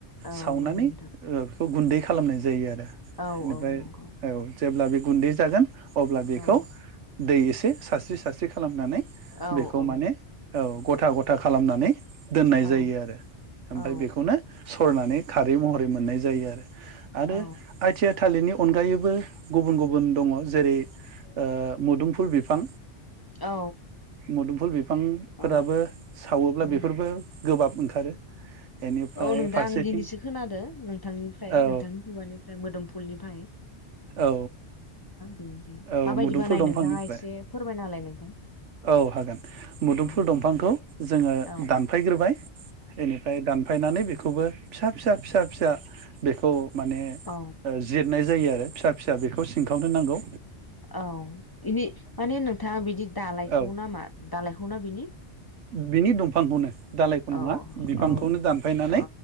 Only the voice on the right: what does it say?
सावनानै
ओ गुन्दै खालामनाय जायो आरो।
बेनिफ्राय
औ जेब्ला बे गुन्दै जागोन अब्ला बेखौ
दै एसे सारस्रि सारस्रि खालामनानै
बेखौ
माने औ गथा गथ था खालामनानै दोननाय
जायो आरो ओमफ्राय
बेखौनो सरनानै खारै महरै मोननाय जायो। आरो
आइटिया थालिरनि अनगायैबो गुबुन गुबुन दङ जेरै ओ मुदुमफुल बि फां
मुदुमफुल बिफांफोराबो
सावोब्ला
बेफोरबो गोबाब ओंखारो बेनिफ्राय
फारसेथिं
औ
औ
औ
मुदुमफुल
दंफांनिफ्राय
औ हागोन मुदुमफुल
दंफांखौ जोङो
दानफायग्रोबाय एनिफाय दानफायनानै बे-' बेखौबो फिसा फिसा फिसा फिसा बेखौ माने
ओ जिरनाय जायो आरो फिसा फिसा बेखौ सिंखाव दोननांगौ
औ
बिनि दंफांखौनो दालायखौ नङा
बिफांखौनो
दानफायनानै